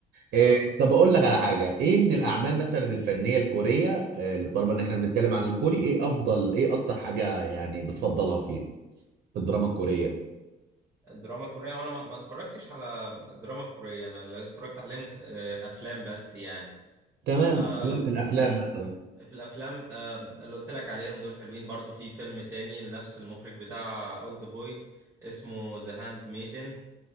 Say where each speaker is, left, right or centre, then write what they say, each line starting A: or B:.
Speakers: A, on the right; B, on the right.
A: إيه،
B: آه.
A: طب اقول لك على حاجه ايه من الاعمال مثلا الفنيه الكوريه آه، اللي طالما ان احنا بنتكلم عن الكوري ايه افضل ايه اكتر حاجه يعني بتفضلها فيها في الدراما الكوريه
B: الدراما الكورية وانا ما ما اتفرجتش على الدراما الكورية انا اللي اتفرجت عليه مس... آه، افلام بس يعني
A: تمام
B: آه
A: تمام في الافلام
B: مم.
A: مثلا
B: في الافلام آه اللي قلت لك عليهم دول حلوين برضو في فيلم تاني لنفس المخرج بتاع اولد بوي اسمه ذا هاند ميدن